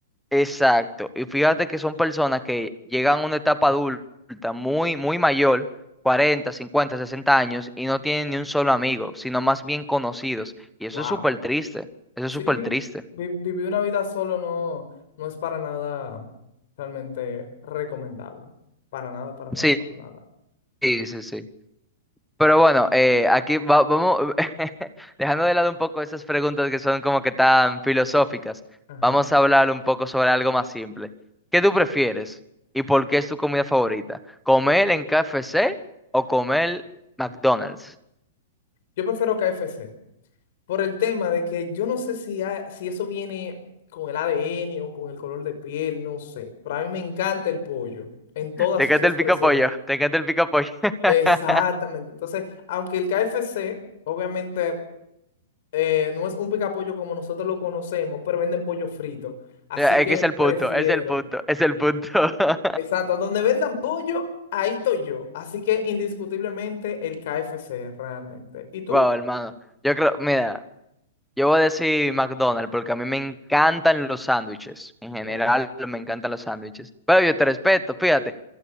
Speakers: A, in the centre; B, on the left.
A: Exacto. Y fíjate que son personas que llegan a una etapa adulta muy, muy mayor, 40, 50, 60 años, y no tienen ni un solo amigo, sino más bien conocidos. Y eso
B: Wow.
A: es súper triste. Eso
B: Sí,
A: es súper triste.
B: vi- vivir una vida solo no, no es para nada realmente recomendable. Para nada, para nada,
A: Sí,
B: para nada.
A: sí, sí, sí. Pero bueno, eh, aquí va- vamos, <laughs> dejando de lado un poco esas preguntas que son como que tan filosóficas,
B: Ajá.
A: vamos a hablar un poco sobre algo más simple. ¿Qué tú prefieres y por qué es tu comida favorita? ¿Comer en KFC o comer McDonald's?
B: Yo prefiero KFC por el tema de que yo no sé si, ha- si eso viene con el ADN o con el color de piel, no sé. Pero a mí me encanta el pollo en
A: <laughs>
B: todas
A: ¿Te
B: sus
A: encanta
B: expresiones.
A: el pico pollo? ¿Te encanta el pico pollo? <laughs>
B: Exactamente. Entonces, aunque el KFC, obviamente, eh, no es un picapollo como nosotros lo conocemos, pero venden pollo frito. Así
A: Es
B: que
A: que es el punto,
B: prefiero.
A: es el punto, es el punto. <laughs>
B: Exacto, donde vendan pollo, ahí estoy yo. Así que indiscutiblemente el KFC, realmente. ¿Y tú?
A: Wow, hermano. Yo creo, mira. Yo voy a decir McDonald's porque a mí me encantan los sándwiches. En
B: Bueno,
A: general, me encantan los sándwiches. Pero yo te respeto, fíjate.